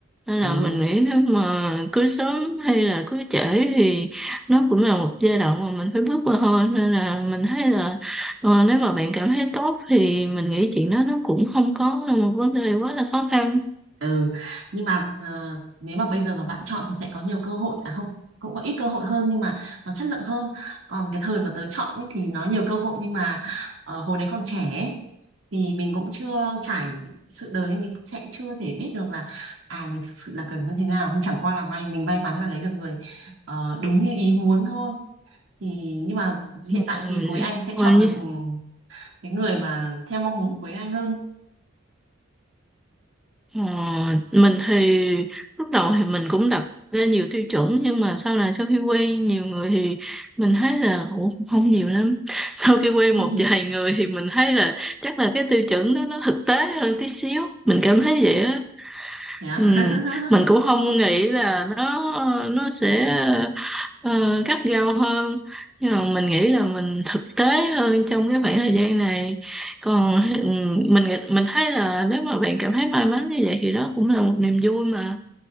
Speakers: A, in the centre; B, on the right (about 65°).
A: Nên
B: ừ
A: là mình nghĩ nếu mà cưới sớm hay là cưới trễ thì nó cũng là một giai đoạn mà mình phải bước qua thôi. Nên là mình thấy là ờ, nếu mà bạn cảm thấy tốt thì mình nghĩ chuyện đó nó cũng không có là một vấn đề quá là khó khăn.
B: Ừ. Nhưng mà ờ, nếu mà bây giờ mà bạn chọn thì sẽ có nhiều cơ hội à không cũng có ít cơ hội hơn nhưng mà nó chất lượng hơn còn cái thời mà tớ chọn ấy, thì nó nhiều cơ hội nhưng mà ờ, hồi đấy còn trẻ ấy, thì mình cũng chưa trải sự đời nên mình cũng sẽ chưa thể biết được là à mình thực sự là cần như thế nào nhưng chẳng qua là may mình may mắn là lấy được người ờ, đúng như ý muốn thôi thì nhưng mà hiện
A: Ừ,
B: tại thì cuối anh sẽ
A: Thôi
B: chọn được ừ, cái người mà theo mong muốn của cuối anh hơn
A: Ờ, mình thì lúc đầu thì mình cũng đặt ra nhiều tiêu chuẩn nhưng mà sau này sau khi quen nhiều người thì mình thấy là ủa, không nhiều lắm <laughs> sau khi quen
B: <laughs> Ừ.
A: một vài người thì mình thấy là chắc là cái tiêu chuẩn đó nó thực tế hơn tí xíu mình cảm thấy vậy á
B: thế à?
A: ừ.
B: <laughs>
A: mình cũng không nghĩ là nó nó sẽ ờ, gắt gao hơn nhưng mà mình nghĩ là mình thực tế hơn trong cái khoảng thời gian này còn ừm, mình nghĩ- mình thấy là nếu mà bạn cảm thấy may mắn như vậy thì đó cũng là một niềm vui mà